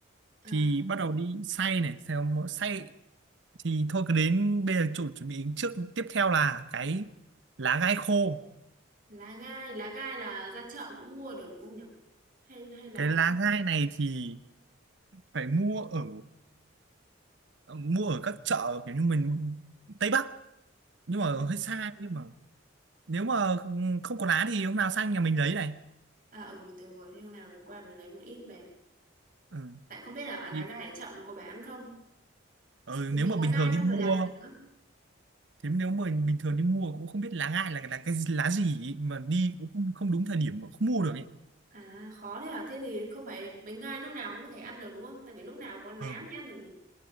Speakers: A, on the right; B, on the right.
A: À,
B: thì bắt đầu đi xay này xong xay thì thôi cứ đến bây giờ chủ chuẩn bị trước tiếp theo là cái lá gai khô
A: lá gai lá gai là ra chợ cũng mua được đúng không nhỉ hay hay là
B: cái lá gai này thì phải mua ở mua ở các chợ kiểu như mình Tây Bắc nhưng
A: à
B: mà hơi xa nhưng mà nếu mà không có lá thì hôm nào sang nhà mình lấy này
A: à ừ được rồi thế hôm nào mình qua mình lấy một ít về
B: ừ.
A: tại không biết là lá
B: Thì-
A: gai ở chợ nó có bán không
B: ừ,
A: mình
B: nếu
A: bị
B: mà
A: lá
B: bình
A: gai
B: thường
A: xong
B: đi
A: rồi
B: mua
A: làm gì nữa
B: thế nếu mà bình thường đi mua cũng không biết lá gai là là cái lá gì ý, mà đi cũng không, không đúng thời điểm mà không mua được ấy
A: à khó thế à thế thì không phải bánh gai lúc nào cũng có thể ăn được đúng không tại vì lúc nào có lá
B: ừ.
A: mới ăn được nhỉ